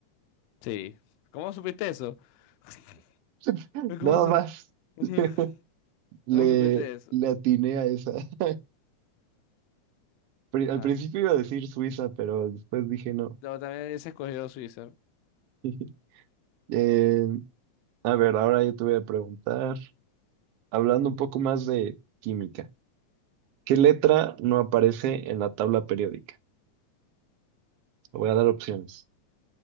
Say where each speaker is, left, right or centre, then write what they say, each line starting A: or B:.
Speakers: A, on the left; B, on the right.
A: Sí. ¿Cómo supiste eso? <laughs>
B: <laughs> nada
A: ¿Cómo, su-
B: más.
A: <laughs>
B: <laughs> Le,
A: ¿Cómo supiste eso?
B: le atiné a esa. <laughs> Pri-
A: Ajá.
B: Al principio iba a decir Suiza, pero después dije no.
A: Luego también hubiese escogido Suiza.
B: <laughs> Eh, a ver, ahora yo te voy a preguntar, hablando un poco más de química, ¿qué letra
A: Ok.
B: no aparece en la tabla periódica? Te voy a dar opciones.